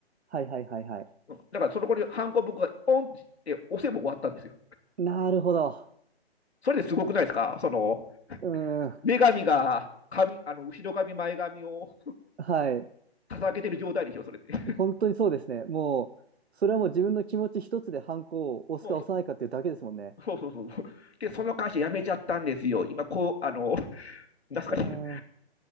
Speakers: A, on the right; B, on the left.
A: はい、はい、はい、はい。
B: うんだから、そのこに、ハンコ僕がポンって押せば終わったんですよ。
A: なるほど。
B: それですごくないですかその、
A: うーん、
B: 女神が、髪、あの、後ろ髪、前髪を
A: はい。
B: 掲げてる状態でしょ、それって。<laughs>
A: 本当にそうですね。もう、それはもう自分の気持ち一つでハンコを押すか押さないかっていうだけですもんね。
B: もうそ、うそうそうそう。で、その会社辞めちゃったんですよ。今、こう、あの、なんすかね、
A: うーん。